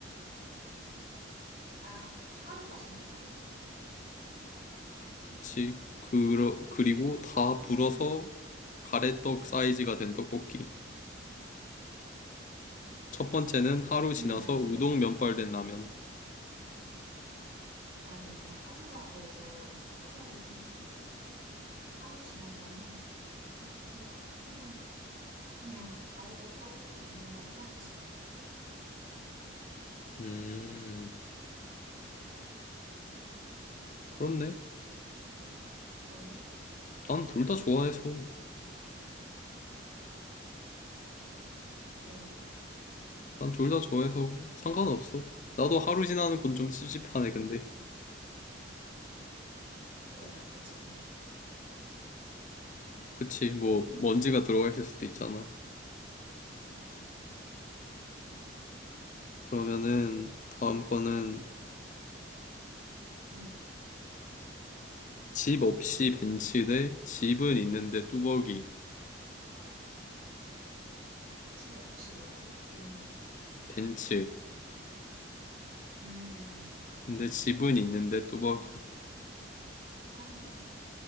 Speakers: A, on the right; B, on the left.
A: 나 하루가 지났다고?
B: 그치. 그러, 그리고 다
A: 첫 번째는
B: 불어서 가래떡 사이즈가 된 떡볶이. 첫 번째는 하루
A: <clears throat>
B: 지나서
A: 나는
B: 우동 면발
A: 이-
B: 된 라면.
A: 나는 이게 하루라고 해서 후자를 선택할래. 하루 지난 거는 찝찝해. 근데 떡볶이는 그냥 가래떡 떡볶이 먹는다고 생각하지 뭐.
B: 음, 그렇네.
A: 너는?
B: 난 둘 다 좋아해서.
A: 어.
B: 난 둘 다 좋아해서 상관없어. 나도 하루 지나는 건 좀 찝찝하네, 근데.
A: 그래, 난 찝찝해서.
B: 그치, 뭐, 먼지가 들어가 있을 수도 있잖아.
A: 맞아.
B: 그러면은, 다음 거는,
A: 응.
B: 집 없이 벤츠 대 집은 있는데 뚜벅이.
A: 집 없이 뭐라고? 된.
B: 벤츠.
A: 음, 음, 음.
B: 근데 집은 있는데 뚜벅이.
A: 나는 후자.